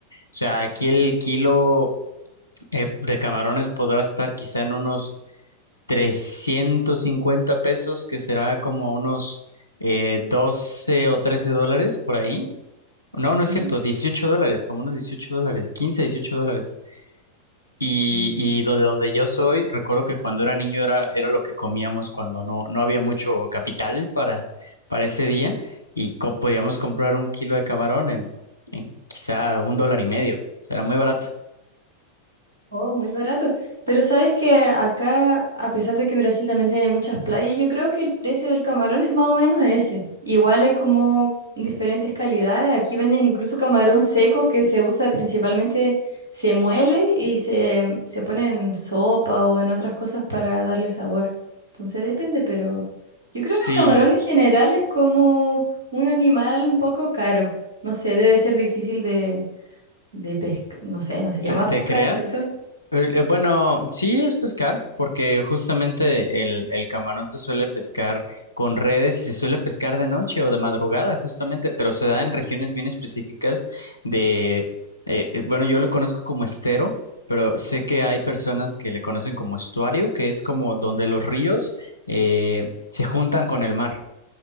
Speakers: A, on the left; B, on the right.
A: O sea, aquí el kilo eh, de camarones podrá estar quizá en unos 350 pesos, que será como unos eh, 12 o 13 dólares por ahí. No,
B: Mm,
A: no es cierto, 18 dólares, como unos 18 dólares, 15 18 dólares. Y,
B: mm.
A: y do- de donde yo soy, recuerdo que cuando era niño era, era lo que comíamos cuando no, no había mucho capital para, para ese día y co- podíamos comprar un kilo de camarón en, en quizá un dólar y medio. O sea, era muy barato.
B: Oh, muy barato. Pero sabes que acá, a pesar de que Brasil también tiene muchas playas, yo creo que el precio del camarón es más o menos ese. Igual hay como diferentes calidades. Aquí venden incluso camarón seco que se usa principalmente, se muele y se, se pone en sopa o en otras cosas para darle sabor. Entonces depende, pero yo creo
A: Sí,
B: que el camarón en general es como un animal un poco caro. No sé, debe ser difícil de, de pescar, no sé, no se llama
A: ¿te, te
B: pescar,
A: creas?
B: ¿cierto?
A: Eh, eh, Bueno, sí es pescar, porque justamente el, el camarón se suele pescar con redes y se suele pescar de noche o de madrugada, justamente, pero se da en regiones bien específicas de, eh, eh, bueno, yo lo conozco como estero, pero sé que hay personas que le conocen como estuario, que es como donde los ríos eh, se juntan con el mar.